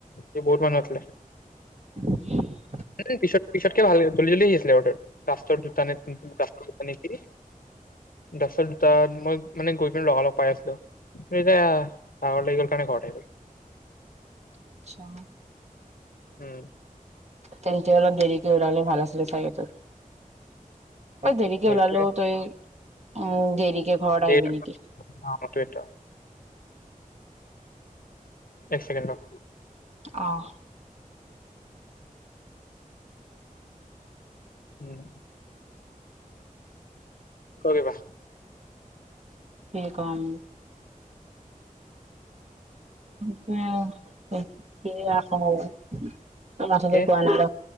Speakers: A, on the left (about 80°); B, on the right (about 50°).
A: এ বহুত মানুহ আছিলে
B: অহ
A: উম পিছত পিছত কে ভাল লাগিব জলদি জলদি আহিছিলে অৰ্ডাৰ লাষ্টৰ দোতানে লাষ্টৰ দোতা নিকি লাষ্টৰ দোতা মই মানে গৈ পিনি লগালগ পাই আছিলো এতিয়া লাগি গল কাৰণে ঘৰত আলহী গল
B: আচ্ছা
A: উম
B: তেন্তে অলপ দেৰিকে উলালেও ভাল আছিলে চাৰিটাত অই দেৰিকে
A: দুটা নেকি লাষ্টৰ দুটা মই মানে গৈ পিনে লগালগ পাই আছিলো কিন্তু
B: ওলালেও
A: এতিয়া ভাগৰ লাগি গ'ল কাৰণে ঘৰত আহি গ'লো উম, সেইটোৱে
B: তই উম দেৰিকে ঘৰত
A: দেৰি
B: আহিবি
A: অ'
B: নেকি
A: সেইটোৱেতো এক চেকেণ্ডৰ
B: অহ
A: উম কোৱা কিবা।
B: কি কম? <unintelligible> মাঠাটে একো
A: কে
B: অহা নাই ন।